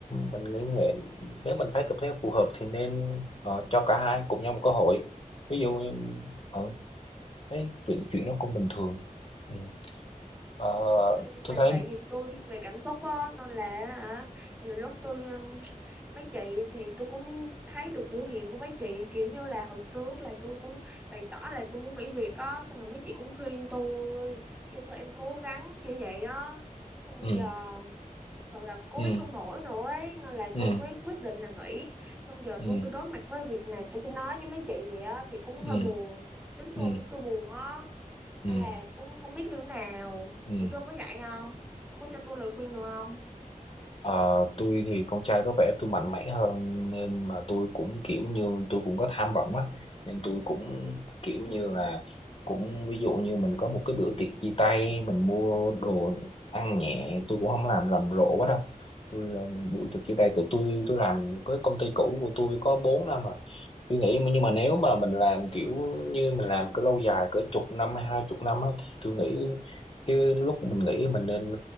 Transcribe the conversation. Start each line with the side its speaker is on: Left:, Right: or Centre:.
Left: mình nghĩ nghệ nếu mình thấy cảm thấy phù hợp thì nên ờ, cho cả hai cùng nhau một cơ hội ví dụ uh, thấy chuyện chuyện nó cũng bình thường Ừ. Ờ,
Centre: Ê, nhưng
Left: tôi
Centre: mà
Left: thấy
Centre: tại vì tôi thiên về cảm xúc á nên là hả, nhiều lúc tôi ừm, mấy chị thì tôi cũng thấy được biểu hiện của mấy chị kiểu như là hồi trước là tôi cũng bày tỏ là tôi muốn nghỉ việc á xong rồi mấy chị cũng khuyên tôi kêu thôi em cố gắng kiểu vậy á xong bây
Left: ừ
Centre: giờ thật sự là cố
Left: ừ
Centre: gắng không nổi nữa ấy nên là
Left: ừ
Centre: tôi mới quyết định là nghỉ xong giờ
Left: ừ
Centre: tôi phải đối mặt với việc mà tôi phải nói với mấy chị vậy á thì cũng
Left: ừ
Centre: hơi buồn chính
Left: ừ
Centre: tôi cũng tôi buồn á nên
Left: ừ
Centre: là cũng không biết như thế nào
Left: ừ
Centre: hồi xưa ông có dạy không ông có cho tôi lời khuyên được không
Left: Ờ, tôi thì con trai có vẻ tôi mạnh mẽ hơn nên mà tôi cũng kiểu như tôi cũng có tham vọng á nên tôi cũng kiểu
Centre: ừ
Left: như là cũng ví dụ như mình có một cái bữa tiệc chia tay mình mua đồ ăn nhẹ tôi cũng không làm rầm rộ quá đâu tôi làm buổi tiệc chia tay tụi tôi tôi làm cái công ty cũ của tôi có 4 năm à tôi nghĩ mà- nhưng mà nếu mà mình làm kiểu như mình làm cứ lâu dài cỡ chục năm hay hai chục năm á thì tôi nghĩ cái lúc mình nghĩ mình nên